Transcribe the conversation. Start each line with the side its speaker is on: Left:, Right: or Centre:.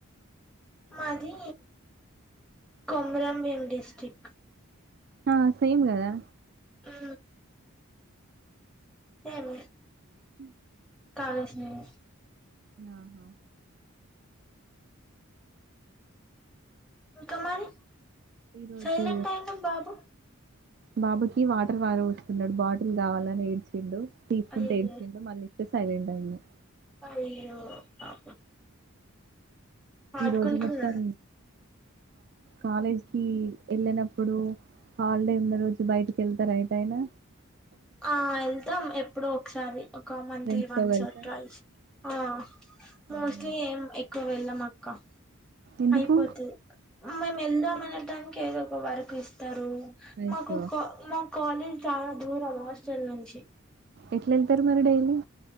Centre: మాది కొమరం కోవల్ డిస్ట్రిక్ట్
Right: ఆ సేమ్ కదా
Centre: ఆ సేవ
Right: హ
Centre: కావసి నను
Right: ఆహా
Centre: క మరి
Right: ఈరోజు
Centre: సైలెంట్ అయిడి బాబు
Right: బాబుకి వాటర్ తాగిపిస్తున్నడు బాటిల్ కావాలని ఏడ్చిండు తీసుకుంటే
Centre: అయ్యో
Right: ఏడ్చిండు మళ్ళీ సైలెంట్ ఐన్డు
Centre: అయ్యో పాపం ఆడుకుంటున్నాడు
Right: ఈ రోజు మొత్తం కాలేజ్ కి వెళ్ళినప్పుడూ హాలిడే ఉన్న రోజు బయటికి వెళ్తార ఎటు అయినా
Centre: ఆ వెళ్తాం ఎప్పుడో ఒకసారి మంత్లీ
Right: ఫ్రెండ్స్‌తో
Centre: వన్స్
Right: కలిసా?
Centre: ఆర్ ట్వైస్ ఆ
Right: హ్మ్.
Centre: మోస్ట్లీ ఏం ఎక్కు అలా వెళ్ళమ్ అక్క
Right: ఎందుకు?
Centre: అయిపోతది మేం ఎల్దామనే టైం ఏదో ఒక వర్కు ఇస్తారూ
Right: అయ్యో!
Centre: మాకు కా మా కాలేజ్ చాలా దూరం హాస్టల్ నుంచి
Right: ఎట్ల ఎళ్తరు మరి డైలీ